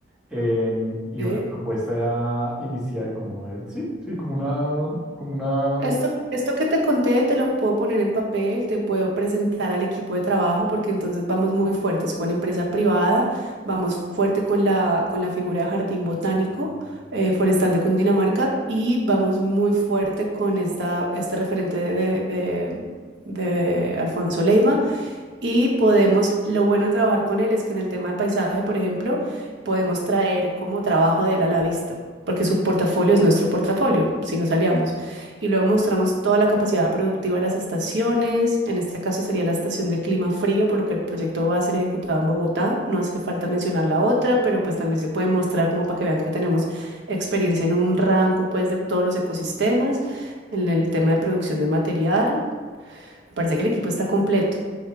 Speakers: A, in the centre; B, on the right.
A: em, y
B: ¿Eh?
A: una propuesta inicial como de, sí, sí, como una, como una,
B: Esto, esto que te conté te lo puedo poner en papel, te puedo presentar al equipo de trabajo porque entonces vamos muy fuertes con empresa privada, vamos fuerte con la, con la figura de Jardín Botánico eh, Forestal de Cundinamarca y vamos muy fuerte con esta, este referente de, de, de- de Alfonso Leiva y podemos, lo bueno de trabajar con él es que en el tema de paisaje, por ejemplo, podemos traer como trabajo de él a la vista, porque su portafolio es nuestro portafolio, si nos aliamos. Y luego mostramos toda la capacidad productiva de las estaciones, en este caso sería la estación de clima frío, por lo que el proyecto va a ser ejecutado en Bogotá. No hace falta mencionar la otra, pero pues también se puede mostrar como para que vean que tenemos experiencia en un rango pues de todos los ecosistemas, en el tema de producción de material. Me parece que el equipo está completo.